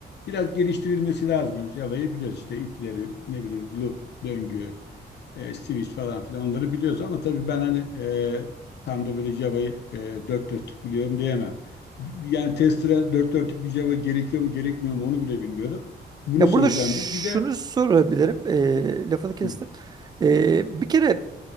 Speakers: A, on the left (about 75°); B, on the right (about 25°).
A: biraz geliştirilmesi lazım. Yani Java'yı biliyoruz işte if'leri, ne bileyim loop, döngü, e, switch falan filan onları biliyoruz ama tabii ben hani e, tam da böyle Java'yı e, dört dörtlük biliyorum diyemem. Yani tester'a dört dörtlük bir Java gerekiyor mu gerekmiyor mu onu bile bilmiyorum. Bunu
B: Ya
A: soracağım
B: burada şunu
A: bir. Bir de
B: sorabilirim. Ee, lafını kestim.
A: hı,
B: Ee, bir kere